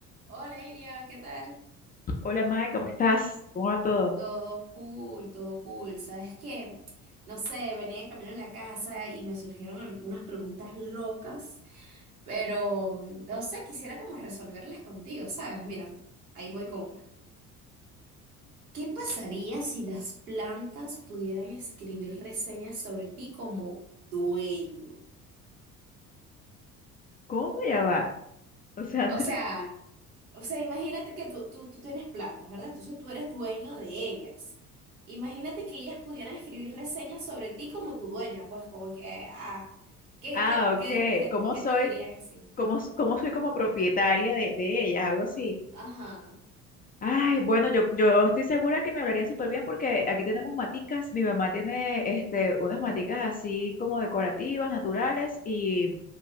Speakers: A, on the right; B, on the left.
A: Hola Irian, ¿qué tal?
B: Hola, Mae, ¿cómo estás? ¿Cómo va todo?
A: Todo cool, todo cool. ¿Sabes qué? No sé, venía de camino a la casa y me surgieron algunas preguntas locas, pero no sé, quisiera como resolverlas contigo, ¿sabes? Mira, ahí voy con una. ¿Qué pasaría si las plantas pudieran escribir reseñas sobre ti como dueño?
B: ¿Cómo ya va? O sea, <laughs>
A: O sea, O sea, imagínate que tú, tú, tú tienes plantas, ¿verdad? Entonces tú eres dueño de ellas. Imagínate que ellas pudieran escribir reseñas sobre ti como tu dueña, pues como que, ah, ¿qué,
B: ah,
A: qué, qué,
B: ok.
A: qué,
B: ¿Cómo
A: qué
B: soy?
A: te dirían así?
B: ¿Cómo, s- cómo soy como propietaria de, de ellas? Algo así.
A: Ajá,
B: Ay, bueno, yo, yo estoy segura que me hablarían súper bien porque aquí tenemos maticas. Mi mamá tiene este, unas maticas así como decorativas, naturales y